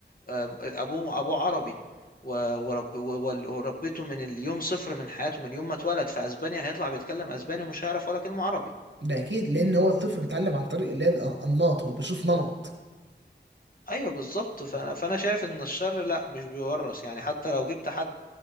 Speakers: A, on the left; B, on the right.
A: آم، ابوه ابوه عربي و- ورب و- وربيته من اليوم صفر من حياته من يوم ما اتولد في اسبانيا هيطلع بيتكلم اسباني ومش هيعرف ولا كلمة عربي
B: ده اكيد لان هو الطفل بيتعلم عن طريق اللي هي الانماط هو بيشوف نمط
A: ايوه بالظبط فانا فانا شايف ان الشر لا مش بيورث يعني حتى لو جبت حد